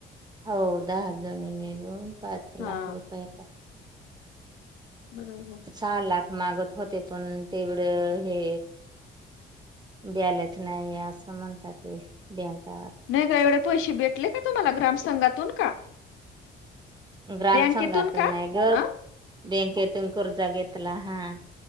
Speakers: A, on the right (about 20°); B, on the left (about 85°).
A: हो दहा जणी मिळून पाच
B: हा
A: लाख रुपय
B: बरोबर
A: सहा लाख मागत होते पण तेवढं हे ब्यालाच नाही असं म्हणतात ते अंत
B: नाही का एवढे पैसे भेटले का तुम्हाला ग्रामसंघातून का
A: ग्राम
B: बँकेतून
A: संघात
B: का
A: नाही गं.
B: अ
A: बँकेतून कर्जा घेतला हा